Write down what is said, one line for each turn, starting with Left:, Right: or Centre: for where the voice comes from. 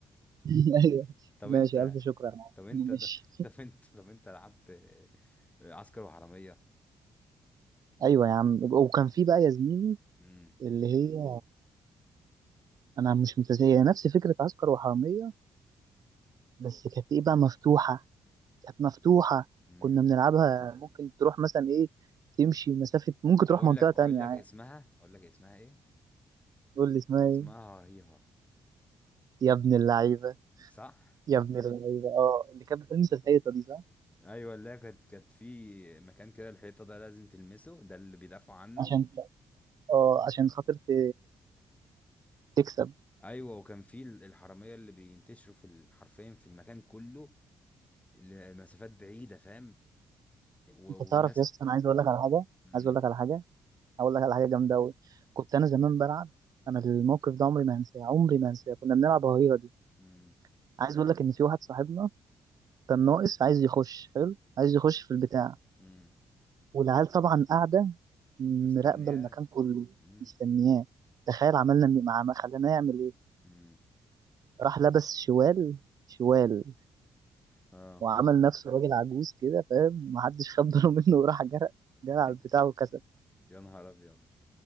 Right: <laughs> ايوه
Left: <laughs> طب
Right: ماشي
Left: انت
Right: الف شكر يا معلم
Left: طب انت
Right: أنا ماشي
Left: <laughs> طب انت طب انت لعبت عسكر وحرامية
Right: ايوه يا عم وكان في بقى يا زميلي
Left: امم
Right: اللي هي انا مش متزايه نفس فكره عسكر وحراميه بس كانت ايه بقى مفتوحه كانت مفتوحه
Left: امم
Right: كنا بنلعبها ممكن تروح مثلا ايه تمشي مسافه ممكن
Left: اقول
Right: تروح منطقه
Left: لك اقول
Right: تانية
Left: لك
Right: يعني
Left: اسمها اقول لك اسمها ايه
Right: تقول لي اسمها
Left: اسمها
Right: ايه
Left: هيها
Right: يا ابن اللعيبه
Left: صح
Right: يا ابن اللعيبه اه اللي كانت بتلمس الحيطه دي صح
Left: ايوه اللي هي كانت كانت في مكان كده الحيطه ده لازم تلمسه ده اللي بيدافعوا عنه
Right: عشان اه عشان خاطر ت- تكسب
Left: ايوه وكان في ال- الحراميه اللي بينتشروا في ال- حرفيا في المكان كله المسافات بعيده فاهم و-
Right: انت تعرف
Left: والناس
Right: يا اسطى انا عايز اقول لك على حاجه
Left: امم
Right: عايز اقول لك على حاجه هقول لك على حاجه جامده قوي كنت انا زمان بلعب انا الموقف ده عمري ما هنساه عمري ما هنساه كنا بنلعب هريره دي
Left: امم
Right: عايز اقول لك ان في واحد صاحبنا كان ناقص عايز يخش حلو عايز يخش في البتاع
Left: امم
Right: والعيال طبعا قاعده
Left: مستنياه
Right: مراقبه المكان كله
Left: امم
Right: مستنياه تخيل عملنا م- مع خلينا يعمل ايه
Left: امم
Right: راح لبس شوال شوال
Left: اه
Right: وعمل نفسه راجل عجوز كده فاهم محدش خد باله <laughs> منه وراح جرى جرى على
Left: <laughs>
Right: البتاع وكسب
Left: يا نهار ابيض